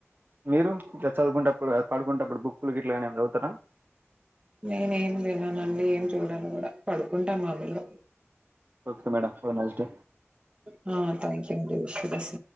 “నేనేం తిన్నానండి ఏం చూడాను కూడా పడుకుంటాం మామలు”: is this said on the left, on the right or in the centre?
Right